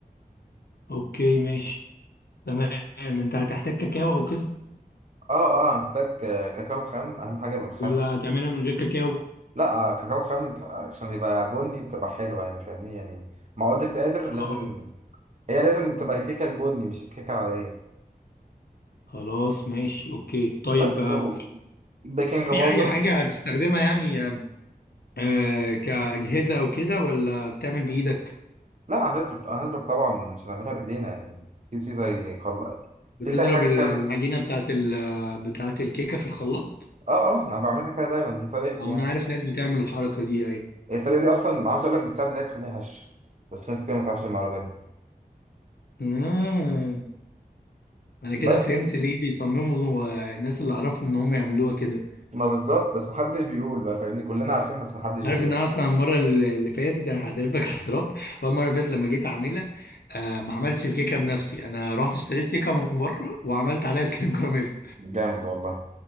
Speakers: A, on the left (about 85°); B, on the right (about 50°).
A: اوكي ماشي تمام انت هتحتاج كاكاو او كده
B: اه اه أنا محتاج آه، كاكاو خام أهم حاجة بالخام
A: ولا هتعملها من غير كاكاو
B: لا آه، كاكاو خام ت- عشان يبقى بني بتبقى حلوة يعني فاهمني يعني معقودة قادر لازم
A: اه
B: هي لازم تبقى الكيكة البني مش الكيكة العادية
A: خلاص ماشي اوكي طيب
B: بس
A: آه،
B: و... بيكنج باودر
A: في اي حاجة هتستخدمها يعني آه، كأجهزة او كده ولا بتعمل بايدك
B: لا هنضرب هنضرب طبعا مش هنعملها بايدينا يعني في في زي خلاص
A: بتضرب
B: في زي حاجه
A: ال-
B: كده
A: العجينة
B: بن-
A: بتاعت ال بتاعت الكيكة في الخلاط
B: اه اه انا بعملها كده دايما دي طريقتي
A: أو
B: يعني
A: أنا عارف ناس بتعمل الحركة دي أيوة
B: الطريقه دي اصلا عاوز اقول لك بتساعد ان هي تخليها هش بس ناس كتير ما تعرفش المعلومه دي
A: آه. أنا كده
B: بس
A: فهمت ليه بيصمموا آه، الناس اللي أعرفهم إن هم يعملوها كده
B: ما بالظبط بس محدش بيقول بقى فاهمني كلنا عارفين بس محدش
A: عارف
B: بيقول
A: إن أنا أصلا المرة اللي اللي فاتت أنا هعترف لك <laughs> اعتراف بقى المرة اللي فاتت لما جيت أعملها آه ما عملتش الكيكة بنفسي أنا رحت اشتريت كيكة من بره وعملت عليها الكريم كراميل
B: جامد والله